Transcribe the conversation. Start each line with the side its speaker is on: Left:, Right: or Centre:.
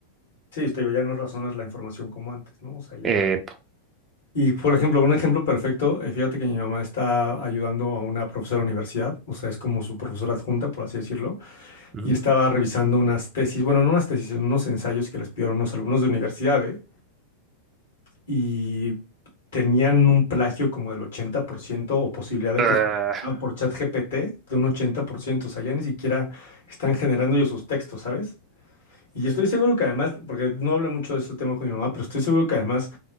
Left: Sí, te digo, ya no razonas la información como antes, ¿no? O sea, ya
Right: Eh,
Left: Y, por ejemplo, un ejemplo perfecto, eh, fíjate que mi mamá está ayudando a una profesora de universidad, o sea, es como su profesora adjunta, por así decirlo,
Right: Ujú.
Left: y estaba revisando unas tesis, bueno, no unas tesis, sino unos ensayos que les pidieron unos alumnos de universidad, ¿eh? Y tenían un plagio como del 80% o posibilidad de
Right: Ah,
Left: que fuera por ChatGPT de un 80%, o sea, ya ni siquiera están generando ellos sus textos, ¿sabes? Y estoy seguro que además, porque no hablo mucho de este tema con mi mamá, pero estoy seguro que además